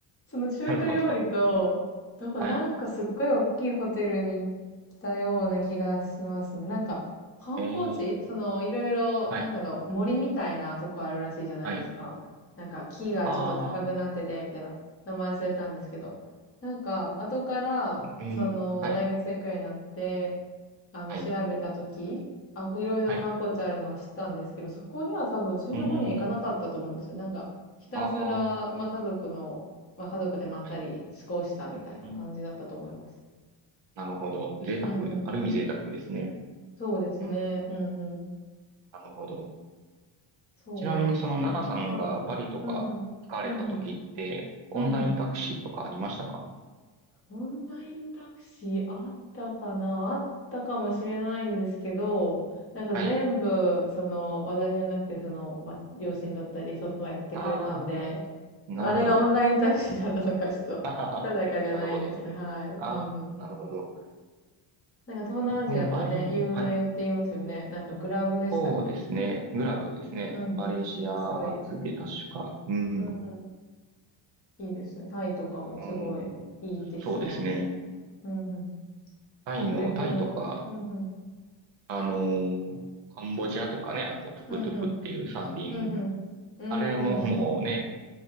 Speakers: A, on the left; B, on the right.
A: その中華料理と、
B: なるほど。
A: どこ、
B: はい。
A: なんかすっごい大きいホテルに来たような気がしますね。なんか、観光地その、
B: えー、
A: いろいろ、
B: はい、
A: なんだろう、森みたいなとこあるらしいじゃないですか。
B: はい。
A: なんか、木がちょっと高くなってて、
B: あ
A: みたいな。名前忘れたんですけど。なんか、後から、
B: ー、
A: その、
B: うん。はい、
A: 大学生くらいになって、あの、
B: はい、
A: 調べたとき、あ、いろいろ観光地あるのは知ったんですけど、
B: はい。
A: そこには多分そういうとこには行かなかったと思うんですよ。
B: うん。
A: なんか、ひたすら、
B: あー、
A: まあ家族の、まあ家族でまったり過ごしたみたいな感じだったと思います。
B: はい。うん。なるほど。贅沢、
A: うんうん。
B: ある意味贅沢ですね。
A: そうですね。
B: うん。
A: うんうん。
B: なるほど。
A: そうですね。
B: ちなみに、その、ナナさんがバリとか行かれた時って、
A: はい。うんうん。うんうん。
B: オンラインタクシーとかありましたか
A: うんうん。オンラインタクシーあったかなあったかもしれないんですけど、なんか全部、
B: はい。
A: その、私じゃなくて、その、ま、両親だったり、祖父がやってくれたんで、
B: ああ、なるほど。
A: あれがオンラインタクシーだったのか、ちょっと、
B: <laughs> あはははなるほど、
A: 定かじゃないんですね。
B: なるほど。
A: はい。うんうん。
B: ああ、なるほど。
A: なんか東南アジアってね、
B: 僕もバリ、
A: 有名って言いますよね。
B: はい。
A: なんかグラブでしたっけ
B: そうですね。グラブですね。
A: うんうん。
B: マレーシア発で確か。
A: 安い。
B: うん。
A: うんう
B: う
A: ん。いいですね。タイとかもすごいいいって聞きます。
B: ーん、そうですね。
A: うんうん。
B: タイの、
A: どれくらいうんうん。
B: タイとか、あのーカンボジアとかね、あの、トゥクトゥクっていう三輪。
A: うんうん。うん、うん。
B: あれももうね、
A: うーん。